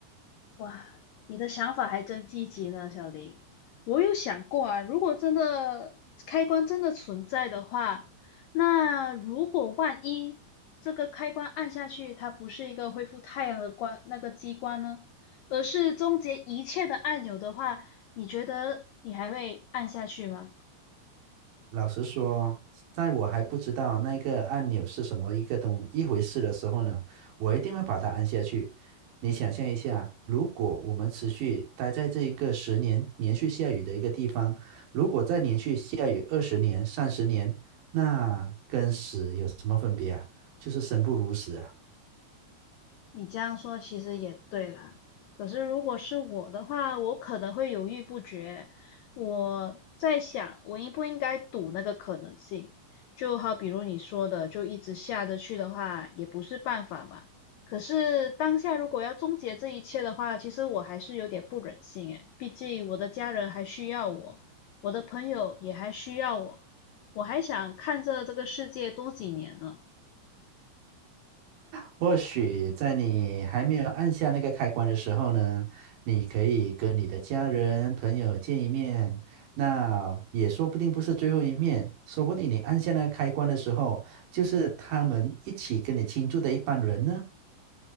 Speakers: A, on the left; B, on the right.
A: 哇，你的想法还真积极呢，小林。我有想过啊，如果真的开关真的存在的话，那如果万一这个开关按下去，它不是一个恢复太阳的关那个机关呢，而是终结一切的按钮的话，你觉得你还会按下去吗？
B: 老实说，在我还不知道那个按钮是什么一个东一回事的时候呢，我一定会把它按下去。你想象一下，如果我们持续待在这一个十年连续下雨的一个地方，如果再连续下雨二十年、三十年，那跟死有什么分别啊？就是生不如死啊！
A: 你这样说其实也对啦，可是如果是我的话，我可能会犹豫不决。我在想，我应不应该赌那个可能性？就好比如你说的，就一直下着去的话，也不是办法嘛。可是当下如果要终结这一切的话，其实我还是有点不忍心诶，毕竟我的家人还需要我，我的朋友也还需要我，我还想看着这个世界多几年呢。
B: 或许在你还没有按下那个开关的时候呢，你可以跟你的家人、朋友见一面，那也说不定不是最后一面，说不定你按下那个开关的时候，就是他们一起跟你庆祝的一班人呢。